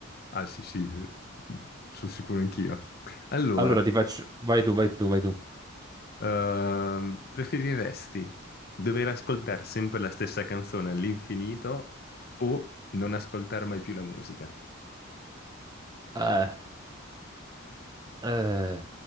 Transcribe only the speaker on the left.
Ah sì, sì, sono sicuro anch'io. Allora,
ehm, preferiresti dover ascoltare sempre la stessa canzone all'infinito o non ascoltare mai più la musica?